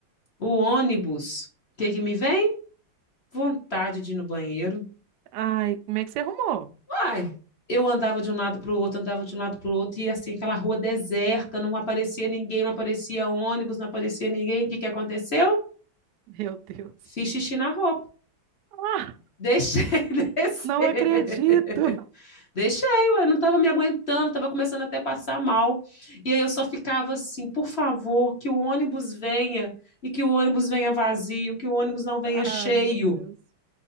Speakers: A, on the left; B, on the right.
A: o ônibus. O que que me vem? Vontade de ir no banheiro.
B: Ai, como é que você arrumou?
A: Ai, eu andava de um lado para o outro, andava de um lado para o outro, e assim, aquela rua deserta, não aparecia ninguém, não aparecia ônibus, não aparecia ninguém. O que que aconteceu?
B: Meu Deus.
A: Fiz xixi na roupa.
B: Ah,
A: <laughs> Deixei descer.
B: não acredito.
A: Deixei, eu não estava me aguentando, estava começando até a passar mal. E aí eu só ficava assim, por favor, que o ônibus venha e que o ônibus venha vazio, que o ônibus não venha cheio.
B: Ai, meu Deus.